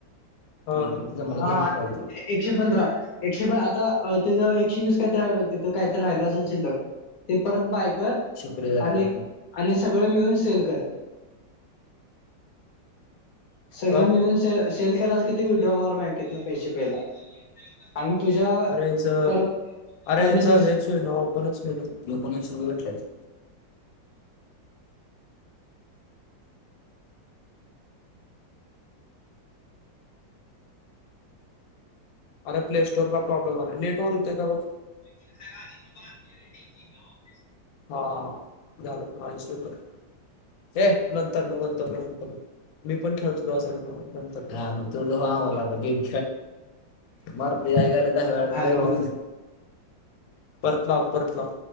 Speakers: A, on the left; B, on the left.
A: हा तर मग मला
B: हा
A: गेम खेळायचं.
B: एकशे पंधरा एकशे प आता तेजं एकशे वीस कायतर तिथं कायतर राहिलं असेल शिल्लक ते परत बाय कर
A: शिकरी जरा
B: आणि आणि सगळं मिळून सेल कर. <inaudible> सगळं
A: का
B: मिळून स सेल केलास कि ते विड्रॉ होणार बँकेतन पैसे पहिला आणि तुझ्या
A: अरे हेचं,
B: परत
A: अरे
B: कॉन्डी
A: हेचं,
B: सिक्स
A: हेच होईना, ओपनच होईना ओपन <unintelligible> घातल्यात. अरे! प्ले स्टोरला प्रॉब्लेम आलाय, नेटवर हुतय का बघ.
B: <unintelligible>
A: हा झालं हा इन्स्टॉल कर ये नंतर मग नंतर म नंतर म मी पण खेळतो का सगग त मला आता गेम मरते आय घाले दहा वेळा
B: हॅलो
A: काय बोलू परतलाव परतलाव